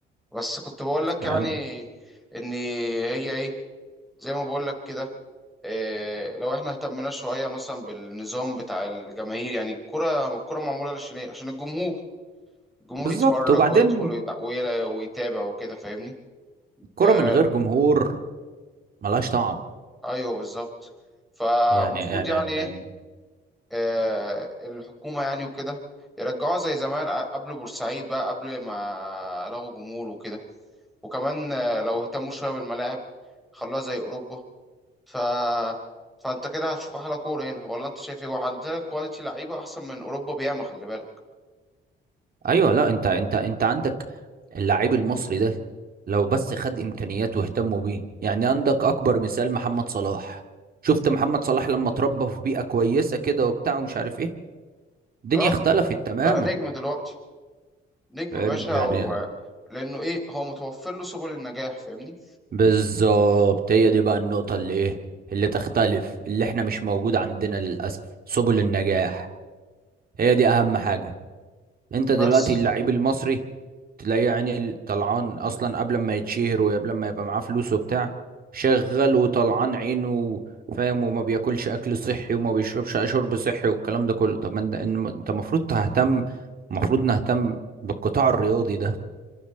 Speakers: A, in the centre; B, on the right (about 50°).
A: بس كنت بقول لك
B: يعني
A: يعني ان هي ايه زي ما بقول لك كده إيه لو احنا اهتمنا شويه مثلا بالنظام بتاع الجماهير يعني الكره الكره معموله عشان ايه عشان الجمهور الجمهور
B: بالظبط
A: يتفرج
B: وبعدين
A: ويدخل ويتع- ويلا- ويتابع وكده فاهمني
B: الكرة
A: إيه
B: من غير جمهور ملهاش طعم
A: ايوه بالظبط فالمفروض
B: يعني يعني
A: يعني ايه
B: يعني-
A: إيه الحكومه يعني وكده يرجعوها زي زمان أ- قبل بورسعيد بقى قبل ما لغوا جمهور وكده وكمان آه، لو اهتموا شويه بالملاعب خلوها زي اوروبا ف فانت كده هتشوف احلى كوره هنا ولا انت شايف ايه وعندنا كواليتي لعيبه احسن من اوروبا بياما خلي بالك
B: ايوه لا انت انت انت عندك اللاعب المصري ده لو بس خد امكانيات واهتموا بيه يعني عندك اكبر مثال محمد صلاح شفت محمد صلاح لما اتربى في بيئة كويسة كده وبتاع ومش عارف ايه الدنيا
A: اه
B: اختلفت تماما
A: بقى نجم دلوقتي نجم
B: فاهم
A: يا باشا
B: يعني
A: و... لانه ايه هو متوفر له سبل النجاح فاهمني
B: بالظبط هي دي بقى النقطة اللي ايه اللي تختلف اللي احنا مش موجود عندنا للأسف سبل النجاح هي دي أهم حاجة انت دلوقتي
A: بس
B: اللعيب المصري تلاقيه يعني ال- طلعان أصلا قبل ما يتشهر وقبل ما يبقى معاه فلوس وبتاع شغال وطلعان عينه فاهم وما بياكلش أكل صحي وما بيشربش شرب صحي والكلام ده كله طب ما انت إن- انت المفروض تهتم المفروض نهتم بالقطاع الرياضي ده